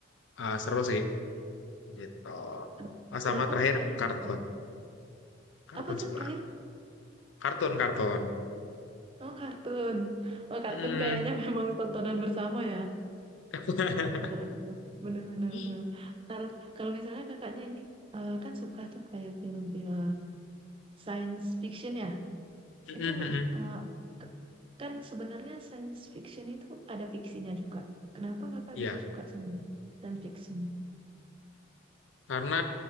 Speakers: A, on the left; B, on the right.
A: eh, seru sih. gitu.
B: Ken-
A: Oh,
B: Kenapa
A: sama terakhir
B: kakaknya
A: kartun,
B: bisa?
A: kartun
B: Apa
A: sebelah,
B: tuh terakhir?
A: kartun kartun.
B: Oh, kartun. Oh, kartun
A: Hmm.
B: kayaknya <laughs> memang tontonan bersama ya.
A: <laughs>
B: Tontonan bersama. Benar-benar.
A: Mm,
B: benar. Kalau kalau misalnya kakaknya ini eh, kan suka tuh kayak film-film science fiction ya.
A: mm,
B: Itu
A: mm.
B: eh, k- kan sebenarnya science fiction itu ada fiksinya juga. Kenapa
A: <laughs>
B: kakak
A: Iya,
B: bisa suka sama science fiction?
A: karena